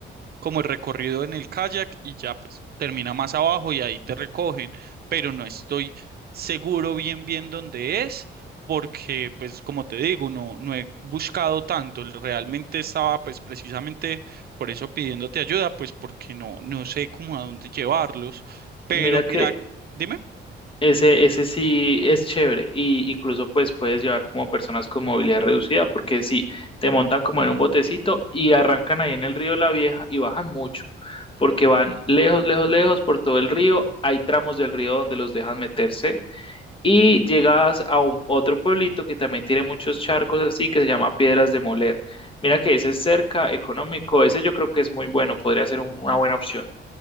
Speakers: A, on the right; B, on the left.
A: como el recorrido en el kayak y ya pues termina más abajo y ahí te recogen, pero no estoy seguro bien bien dónde es porque pues como te digo, no, no he buscado tanto, realmente estaba pues precisamente por eso pidiéndote ayuda, pues porque no, no sé cómo a dónde llevarlos, pero
B: Mira que
A: mira, dime,
B: Ese, ese sí es chévere y incluso pues puedes llevar como personas con movilidad reducida porque si te montan como en un botecito y arrancan ahí en el río La Vieja y bajan mucho porque van lejos, lejos, lejos por todo el río. Hay tramos del río donde los dejan meterse y llegas a un otro pueblito que también tiene muchos charcos así que se llama Piedras de Moler. Mira que ese es cerca, económico, ese yo creo que es muy bueno, podría ser un- una buena opción.